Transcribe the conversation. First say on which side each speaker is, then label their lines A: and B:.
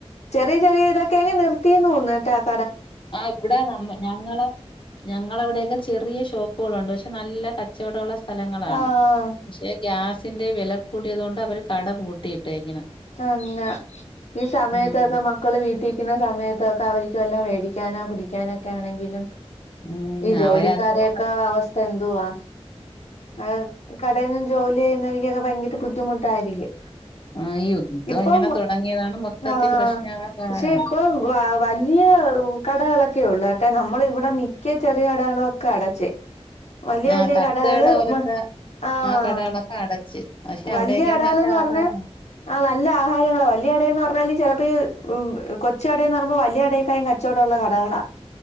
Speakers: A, on the left (about 85°); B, on the left (about 50°).
A: ചെറിയ ചെറിയ ഇതക്കെ നിർ <unintelligible>
B: ആ ഇവിടെ നമ്മ ഞങ്ങള് ഞങ്ങടെ അവിടെക്കെ ചെറിയ ഷോപ്പുകളുണ്ട് പശേ നല്ല കച്ചെടെള്ള സ്ഥലങ്ങളാണ്
A: ആഹ്
B: പക്ഷെ ഗ്യാസ് സിൻ്റെ വെല കൂടിയതുകൊണ്ട് അവര് കട പൂട്ടിയിട്ടെക്കണ്
A: തന്നെ ഈ സമയത്തൊക്കെ
B: ഉം,
A: മക്കള് വീട്ടിന്നിക്കണ സമയത്തൊക്കെ അവര്ക്ക് വല്ലോം മേടിക്ക <unintelligible> പിടിക്കാനോ ഒക്കെ ആണെങ്കിലും
B: ഉം.
A: ഈ ജോലിക്കാരെകേ
B: അവരതുകൊണ്ട്
A: അവ എന്തുവാ ആ കടയെന്ന് ജോലി ചെയ്യുന്ന <unintelligible> ഭയങ്കര ബുദ്ധിമുട്ടായിരിക്കും
B: ആ, ഈ യുദ്ധം
A: ഇപ്പൊ
B: ഇങ്ങനെ തുടങ്ങിയതാണ് മൊത്തത്തിൽ
A: ആ
B: പ്രശ്നമാകാൻ കാരണം
A: പക്ഷെ ഇപ്പൊ വ വലിയ കടകളൊ ക്കെ ഒള്ളൂ കെട്ടാ നമ്മൾ ഇവിടെ മിക്ക ചെറിയ കടകളും ഒക്കെ അടച്ച് വലിയ
B: ആ
A: വലിയ
B: തട്ടുകട
A: കടകള്
B: പോലത്തെ
A: ആഹ്
B: ആ കടകളൊക്കെ അടച്ച് പക്ഷെ
A: വല്യ
B: അവിടെയൊക്കെയാണ്
A: കടകളെന്ന്
B: നല്ല
A: പറഞ്ഞ
B: ആഹാരമാണ്
A: ആ നല്ല ആഹാരങ്ങള് വല്യ കടേന്ന് പറഞ്ഞാല് ചിലപ്പോ ഈ ഹ് ഉം കൊച്ച് കടേന്ന് പറയുമ്പോ വല്ല്യ കടേക്കായും കച്ചവടവുള്ള കടകളാ